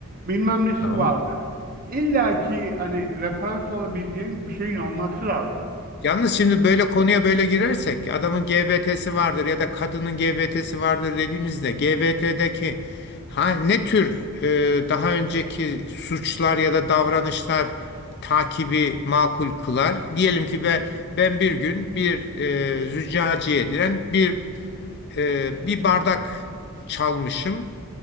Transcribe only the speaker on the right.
Bilmem nesi
vardır. İlla ki hani referans alabileceğin bir şeyin olması lazım.